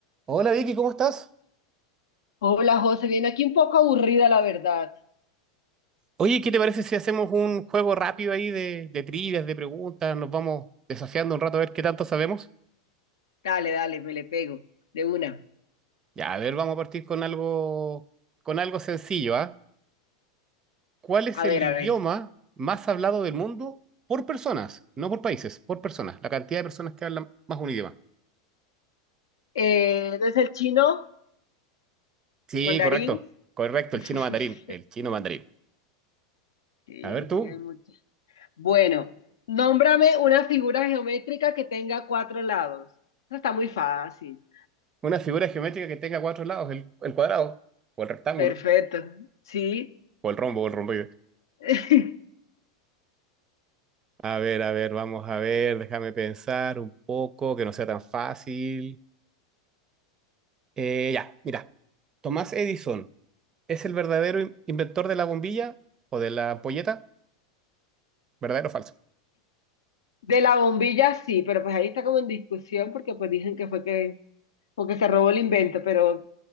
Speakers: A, on the right; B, on the left.
A: Hola Vicky, ¿cómo estás?
B: Hola José, viene aquí un poco aburrida la verdad.
A: Oye, ¿qué te parece si hacemos un juego rápido ahí de, de trivias, de preguntas? Nos vamos desafiando un rato a ver qué tanto sabemos.
B: Dale, dale, me le pego. De una.
A: Ya, a ver, vamos a partir con algo, con algo sencillo, ¿ah? ¿Cuál es
B: A
A: el
B: ver,
A: idioma
B: a ver.
A: más hablado del mundo por personas? No por países, por personas. La cantidad de personas que hablan más un idioma.
B: Eh, ¿no es el chino?
A: Sí,
B: ¿Mandarín?
A: correcto, correcto,
B: <laughs>
A: el chino mandarín, el chino mandarín.
B: Sí,
A: A ver tú,
B: sí hay mucho. Bueno, nómbrame una figura geométrica que tenga cuatro lados. Eso está muy fácil.
A: una figura geométrica que tenga cuatro lados, el, el cuadrado, o el rectángulo,
B: Perfecto. Sí.
A: o el rombo, o el rombo.
B: <laughs>
A: A ver, a ver, vamos a ver, déjame pensar un poco, que no sea tan fácil. Eh, ya, mira, Tomás Edison, ¿es el verdadero in- inventor de la bombilla o de la ampolleta? ¿Verdadero o falso?
B: De la bombilla sí, pero pues ahí está como en discusión porque pues dicen que fue que, o que se robó el invento, pero